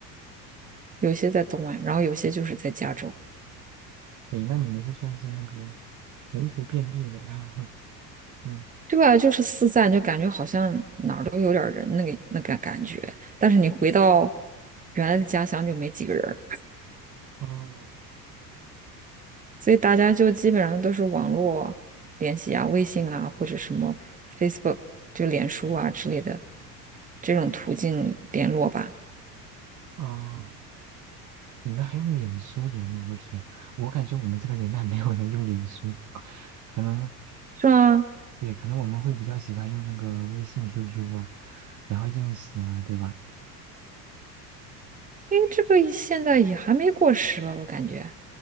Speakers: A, on the right; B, on the right.
A: 有些在东岸，然后有些就是在加州，
B: 可以，那你们这算是那个门徒遍地的呀？<laughs> 嗯，
A: 对吧？就是四散，就感觉好像哪儿都有点儿人，那个那个感觉。但是你回到原来的家乡就没几个人儿，
B: 哦
A: 所以大家就基本上都是网络联系啊，微信啊，或者什么 Facebook 就脸书啊之类的这种途径联络吧，
B: 哦。你们还用脸书联络？我天，我感觉我们这个年代没有人用脸书，<laughs> 可能
A: 是吗？
B: 对，可能我们会比较喜欢用那个微信、QQ 啊，然后 i n 啊，对吧？
A: 因为这个现在也还没过时吧，我感觉。